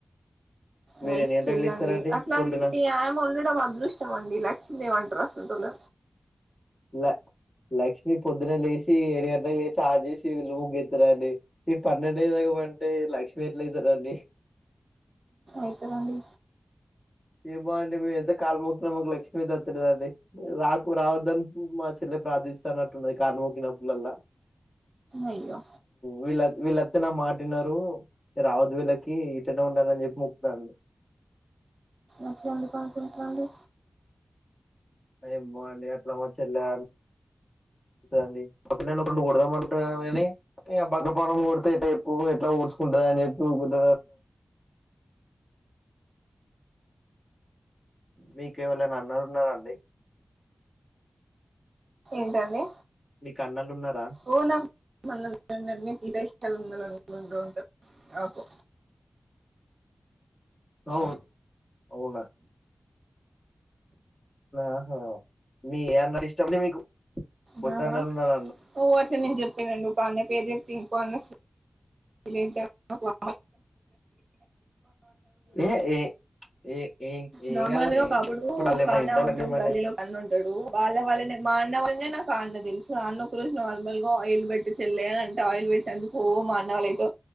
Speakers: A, on the left; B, on the right.
A: మీరెన్ని
B: నైస్
A: గంటలకు
B: చెల్లండి
A: లేస్తారండి
B: అట్లాంటి
A: పొద్దున?
B: ఆమె ఉండడం అదృష్టం అండి లక్ష్మీదేవి అంటరు. అంటున్న
A: ల లక్ష్మి పొద్దున లేసి ఏడు గంటలకు లేసి స్నానం చేసి వీళ్ళు ముగ్గేత్తరు అండి, మీ పన్నెండుఅయ్యేదాకా పంటే లక్ష్మి ఎట్ల అయితరండి.
B: ఐతరండి.
A: ఏమో అండి మేమైతే కాలు మొక్కుతం మాకు లక్ష్మీ ఐతే అత్త లేదండి, రాకు రావద్దను మా చెల్లె ప్రార్థిస్తాన్నట్టున్నది, కాలు మొక్కినప్పు డల్లా.
B: అయ్యో
A: వీళ్ళ వీళ్ళత్తనే మాటినరు రావద్దు, వీళ్ళకి ఇట్లనే ఉండాలని చెప్పి మొక్కుతాంది.
B: అట్ల ఎందుకు అనుకుంటరండి.
A: ఏమో అండి అట్లా మ చెల్లా అండి, ఆ పిల్లని ఒకటి కొడదామనుకుంటున్నాను గని, ఇగ బక్క పానాన్ని కొడితే <unintelligible> ఎట్లా ఓర్సుకుంటదని చెప్పి ఉకుంట మీకేవలైన అన్నలు ఉన్నరండి.
B: ఏంటండి
A: మీకు అన్నలున్నారా?
B: ఓ నాకు ఫుల్ మంది ఉన్నారండి, ఇదే ఇష్టం <unintelligible> నాకు
A: అవు అవునా ఆహా మీ ఏ అన్న ఇష్టండి మీకు, కొద్ది
B: నాకా
A: అన్నలు ఉన్నర
B: ఓ అట్ల నేను చెప్పనండి, ఒక అన్నయ్య పేరు చెప్తే ఇంకో అన్నయ్య ఫీ ఫీల్ అయిత వా
A: ఏ ఏ ఏ ఏం
B: నార్మల్గా
A: ఏం కాదండి
B: ఒకప్పుడు
A: ఇప్పుడు వాళ్ళు ఏమన్నా
B: భాను
A: వింటాలండి
B: ఉంటు ఒక
A: మన
B: గల్లీలో ఒక అన్న ఉంట వాళ్ళ వాళ్ళనే మా అన్న వాళ్ టే నాకు అన్న తెలుసు ఒక రోజు నార్మల్ గా ఆయిల్ పెట్టి చెల్లే అంటే ఆయిల్ పెట్టినందుకు ఓ మా నాలైతే